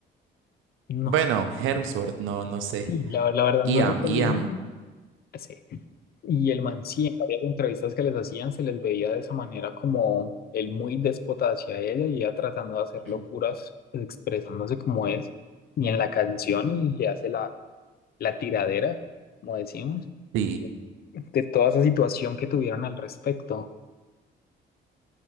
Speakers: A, on the left; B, on the right.
A: no,
B: bueno, Hemsworth, no, no sé.
A: sí, la, la verdad
B: Iam,
A: no recuerdo
B: Iam.
A: el nombre. Sí. Y el man sí, en varias entrevistas que les hacían se les veía de esa manera como él muy déspota hacia ella y ella tratando de hacer
B: <clears throat>
A: locuras, expresándose como es. Y en la canción le hace la, la tiradera, como decimos,
B: Sí.
A: de toda esa situación que tuvieron al respecto.